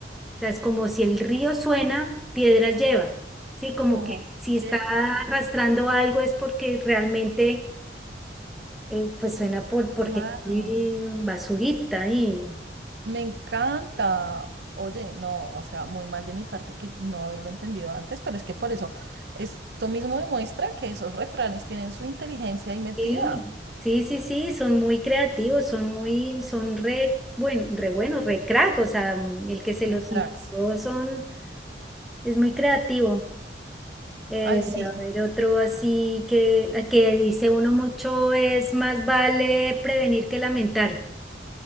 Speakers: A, in the centre; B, on the right.
A: sea, es como si el río suena, piedras lleva, ¿sí? Como
B: Ok,
A: que si está arrastrando algo es porque realmente, eh, pues suena por, porque
B: claro,
A: tiene basurita y,
B: me encanta. Oye, no, o sea, muy mal de mi parte que no haberlo entendido antes, pero es que por eso esto mismo demuestra que esos refranes tienen su inteligencia ahí metida,
A: sí, sí, sí, sí, son muy creativos, son muy, son re, buen, re buenos, re crack, o sea, mm, el que se
B: re
A: los
B: cracks.
A: inventó son, es muy creativo. Eh,
B: Ay, sí,
A: a ver, otro así que, que dice uno mucho es más vale prevenir que lamentar.